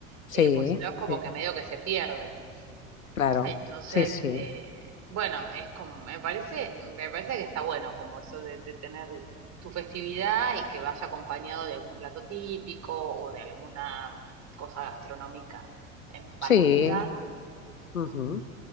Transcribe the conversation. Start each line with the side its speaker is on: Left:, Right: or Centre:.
Left: Sí.
Right: Eh, pues si no es como
Left: sí.
Right: que medio que se pierde.
Left: Claro,
Right: Entonces,
Left: sí, Sí.
Right: eh, bueno, es como, me parece, me parece que está bueno como eso de, de tener tu festividad y que vaya acompañado de algún plato típico o de alguna cosa gastronómica en particular.
Left: sí, sí, ujú,